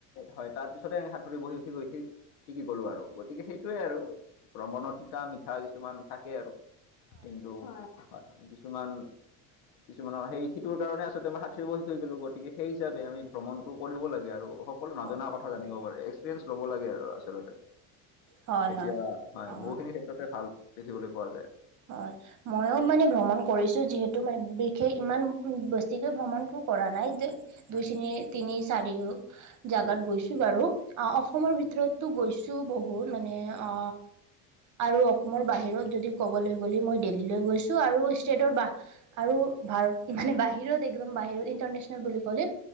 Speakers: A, on the left; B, on the right.
A: হয় তাৰ পিছতে এ সাতুৰিব শি শিকি গ'লো আৰ, গতিক সেইটোয়ে আৰু। ভ্ৰমণৰ তিতা মিঠা কিছুমান থাকে আৰু, কিন্তু হয় হয় কিছুমান কিছুমানৰ সেই সিটোৰ কাৰণে আচলতে আমি সাতুৰিব শিকি গ'লো, গতিকে হিচাপে আমি ভ্ৰমণটো কৰিব লাগে আৰু। অকল নজনা
B: হয়
A: কথা জানিব পাৰে এক্সপিৰিয়েন্ঞ্চ লব লাগে আৰু আচলতে।
B: হয়
A: এতিয়া
B: হয়
A: হয়
B: অ
A: বহুখিনি ক্ষেত্ৰতে ভাল দেখিবলৈ পোৱা যায়।
B: হয় ময়ও মানে ভ্ৰমণ কৰিছো যিহেতু মানে বিশেষ ইমান বেছিকৈ ভ্ৰমণ কৰ কৰা নাই। তে
A: হয়
B: দুই শিনি তিনি চাৰি জাগাত গৈছো বাৰু অ অসমৰ ভিতৰতো গৈছো। তো বহু মানে অ আৰু অসমৰ বাহিৰত যদি ক'বলৈ গ'লে মই দিল্লীলৈ গৈছো। আৰু ষ্টেটৰ বাহ আৰু ভাৰত মানে বাহিৰত একদম বাহিৰত ইন্টাৰনেচনেল বুলি ক'লে